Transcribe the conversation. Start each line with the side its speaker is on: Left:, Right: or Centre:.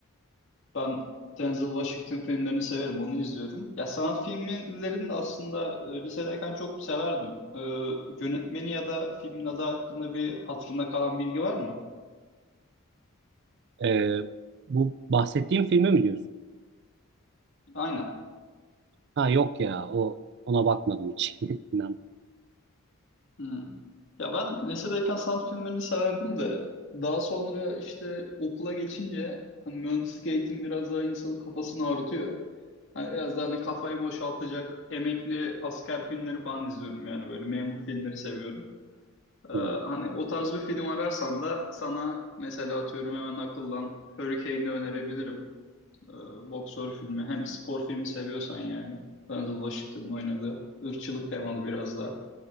Left: ben Denzel Washington filmlerini severim. Onu izliyorum. Ya sanat filmlerini de aslında e, lisedeyken çok severdim. E, yönetmeni ya da filmin adı hakkında bir hatırında kalan bilgi var mı?
Right: Ee, bu bahsettiğim filmi mi diyorsun?
Left: Aynen.
Right: Ha yok ya o ona bakmadım hiç. <laughs> İnan.
Left: Hmm. Ya ben lisedeyken sanat filmlerini severdim de daha sonra işte okula geçince hani mühendislik eğitim biraz daha insanın kafasını ağrıtıyor. Hani biraz daha hani kafayı boşaltacak emekli asker filmleri falan izliyorum yani böyle memur filmleri seviyorum. Ee,
Right: Hmm,
Left: hani o tarz bir film ararsan da sana mesela atıyorum hemen akıllan Hurricane'i önerebilirim. Ee, boksör filmi hem spor filmi seviyorsan yani. Denzel Washington'ın oynadığı ırkçılık temalı biraz da.